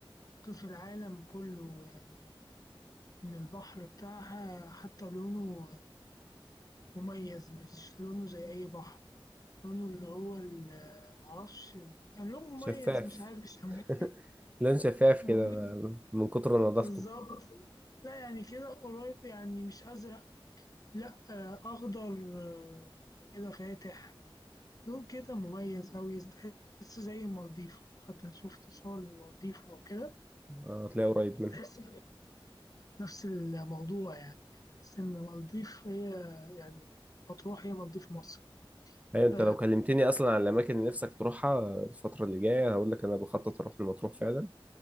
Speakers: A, on the left; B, on the right.
A: ممكن في العالم كله يعني من البحر بتاعها حتى لونه مميز مش لونه زي أي بحر لونه اللي هو ال- معرفش يعني لون مميز
B: شفاف
A: مش عارف يسموه
B: <laughs>
A: ايه
B: لون شفاف كده
A: آه، <laughs>
B: ما- من كتر نظافته
A: بالظبط لا يعني كده قريب يعني مش أزرق لا آه، أخضر آه، كده فاتح لون كده مميز أوي تحس زي المالديف لو حتى شفت صور للمالديف أو كده
B: آه، هتلاقي قريب منها
A: تحس نفس الموضوع يعني بس إن المالديف هي يعني مطروح هي مالديف مصر
B: هي انت
A: ف-
B: لو كلمتني اصلا عن الاماكن اللي نفسك تروحها الفتره اللي جايه هقول لك انا بخطط اروح المطروح فعلا